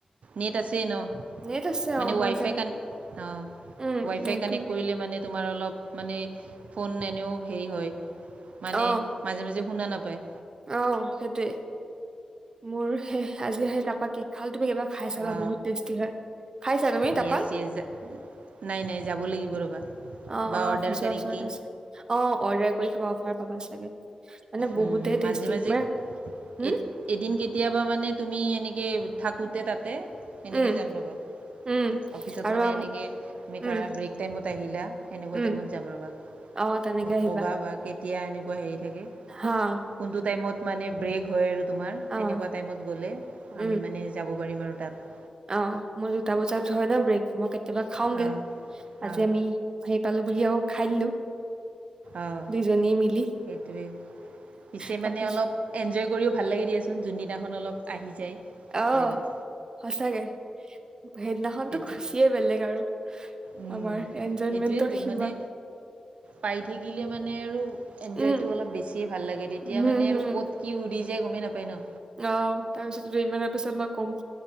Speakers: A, on the right; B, on the right.
A: নীট আছে ন।
B: নেট আছে
A: মানে
B: অ মই
A: ৱাইফাই
B: এতিয়া
A: কানে, অ
B: উম
A: ৱাইফাই
B: নেটটো
A: কানেক্ট কৰিলে মানে তোমাৰ অলপ মানে ফোন এনেও হেৰি হয় মানে
B: অ
A: মাজে - মাজে শুনা নাপায়।
B: অ সেইটোৱে, মোৰ সেই আজি সেই তাপাক কি খাল তুমি কিবা খাই চাবা
A: অ
B: বহুত টেষ্টি হয়। খাইছা তুমি তাপা
A: য়েছ য়েছ, নাই নাই যাব লাগিব ৰ'বা!
B: অ
A: বা
B: অ
A: অৰ্ডাৰ
B: ওচৰ
A: কৰি
B: ওচৰত
A: কি
B: আছে, অ অৰ্ডাৰ কৰি খাবা অফাৰ পাবা চাগে মানে
A: উম,
B: বহুতে এইটো
A: মাজে
B: ষ্টিকমেন
A: মাজে
B: উম!
A: এ- এদিন কেতিয়াবা মানে তুমি এনেকে থাকোঁতে তাতে এনেকে
B: উম,
A: যাম ৰ'বা।
B: উম,
A: অফিচত
B: আৰু
A: মানে
B: আম
A: এনেকে তুমি
B: উম,
A: ধৰা ব্ৰেক টাইমত আহিলা সেনেকুৱা
B: উম,
A: টাইমত যাম ৰ'বা।
B: অ তেনেকে
A: মোক
B: আহিবা।
A: ক'বা বা কেতিয়া এনেকুৱা হেৰি থাকে
B: হা।
A: কোনটো টাইমত মানে ব্ৰেক হয় আৰু তোমাৰ
B: অ',
A: তেনেকুৱা টাইমত গ'লে
B: উম,
A: আমি মানে যাব পাৰিম আৰু তাত।
B: অ মোৰ দুটা বজাত হয় ন ব্ৰেক, মই কে কেতিয়াবা খাওঁগে,
A: অঁ
B: আজি
A: অঁ
B: আমি সেই পালো বুলি আৰু খাই দিলো।
A: আহ
B: দুইজনীয়ে মিলি
A: এইটোৱে। পিছে
B: তাৰপিছ
A: মানে অলপ এনজয় কৰিও ভাল লাগে দিয়াচোন, যোনদিনাখন অলপ আহি যায়।
B: আহ
A: হয় হয়
B: সচাকে সেইদিনাখনতো
A: সেইটো
B: খুচিয়ে বেলেগ আৰু।
A: উম,
B: আমাৰ এনজয়মেন্টৰ
A: সেইটোৱেতো
B: সিমান
A: মানে পাই থাকিলে মানে আৰু এনজয়টো
B: উম,
A: অলপ বেছিয়ে ভাল লাগে তেতিয়া
B: হম,
A: মানে
B: হম,
A: আৰু ক'ত কি উধি যে গমেই নাপায় ন?
B: অ তাৰপিছত ৰুইমৰা পিছত মই কম।